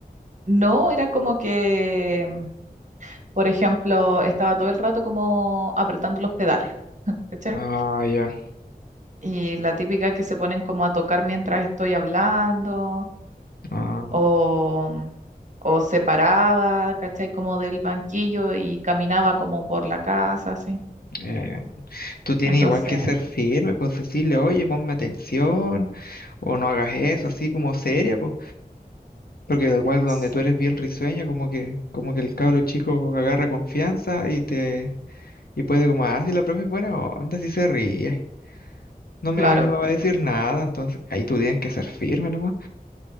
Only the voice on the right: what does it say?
No, era como que, mm, por ejemplo, estaba todo el rato como apretando los pedales, <laughs> ¿cachai?
Y la típica que se ponen como a tocar mientras estoy hablando,
o, mm, o se paraba, ¿cachai? Como del banquillo y caminaba como por la casa, así.
Entonces,
s-
claro,